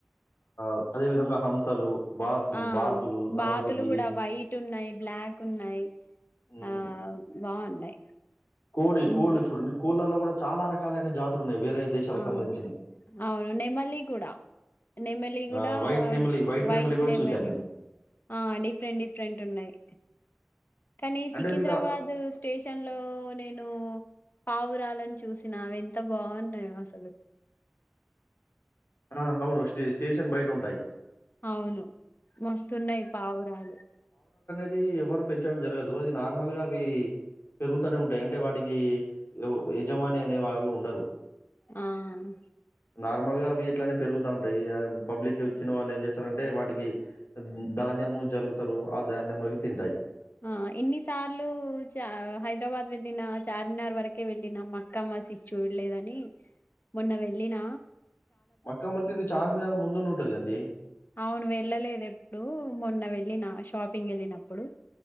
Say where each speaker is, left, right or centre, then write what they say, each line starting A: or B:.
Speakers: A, on the left; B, on the left.
A: ఆహ్ అదే విధంగా హంసలు. బాత్
B: ఆహ్
A: బాతులు తర్వాతకి
B: బాతులు కూడా వైట్ ఉన్నాయి. బ్లాక్ ఉన్నాయి
A: హ్మ్.
B: ఆహ్. బాగున్నాయి.
A: కోడి
B: ఇం-
A: కోళ్ళు చూడండి కోళ్ళులల్ల కూడా చాలా రకాలైన జాతులున్నాయి. వేరే దేశాలకు
B: అవును
A: సంబంధించినయి.
B: అవును నెమలి కూడా నెమలి కూడా
A: ఆహ్, వైట్ నెమిలి,
B: వైట్
A: నెమిలి గూడా
B: నెమలి
A: చూశాను నేను.
B: ఆహ్ డిఫరెంట్ డిఫరెంట్ ఉన్నాయి. కానీ
A: అంటే
B: సికింద్రాబాద్
A: మీకు
B: స్టేషన్ లో నేను. పావురాలని చూసినా అవి ఎంత బాగున్నాయో అసలు.
A: ఆహ్ అవును స్టే స్టేషన్ బయట ఉంటాయి.
B: అవును. మస్తున్నాయి పావురాలు.
A: అది ఎవరు పెంచడం జరగదు. అది నార్మల్ గా అవి పెరుగుతనే ఉంటాయి. అంటే వాటికి ఎవ యజమాని అనే వాళ్ళు ఉండరు.
B: ఆహ్
A: నార్మల్ గా అవి ఇట్లానే పెరుగుతా ఉంటాయి పబ్లిక్ వచ్చిన వాళ్ళు ఏం చేస్తారంటే వాటికి. ధాన్యము జల్లుతారు ఆ ధాన్యంము అవి తింటాయి.
B: ఆహ్ ఎన్ని సార్లు చ హైదరాబాద్ వెళ్ళిన చార్మినార్ వరకే వెళ్ళిన మక్కా మసీద్ చూడలేదని మొన్న వెళ్ళిన.
A: మక్కా మసీదు చార్మినార్ ముందున ఉంటదండి.
B: అవును వెళ్ళలేదు ఎప్పుడు మొన్న వెళ్ళిన షాపింగ్ వెళ్ళినప్పుడు.